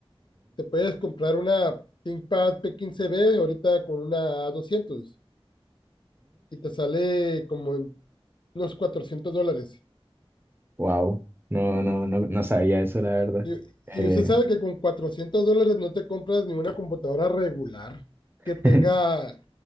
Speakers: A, on the left; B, on the right.
A: Te puedes comprar una ThinkPad p quince b ahorita con una a doscientos y te sale como en los 400 dólares.
B: wow. No, no, no, no sabía eso, la verdad.
A: Y, y
B: Eh,
A: usted sabe que con 400 dólares no te compras ni una computadora regular
B: <laughs>
A: que tenga